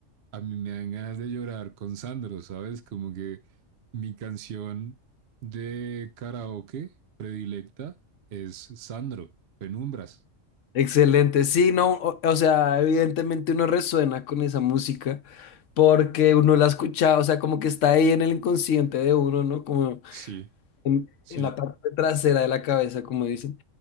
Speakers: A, on the right; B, on the left.
A: a mí me dan ganas de llorar con Sandro, ¿sabes? Como que mi canción de karaoke predilecta es Sandro, Penumbras.
B: Excelente, sí, no, o, o sea, evidentemente uno resuena con esa música porque uno la escucha, o sea, como que está ahí en el inconsciente de uno, ¿no? Como
A: Sí,
B: en,
A: sí,
B: en la parte trasera de la cabeza, como dicen.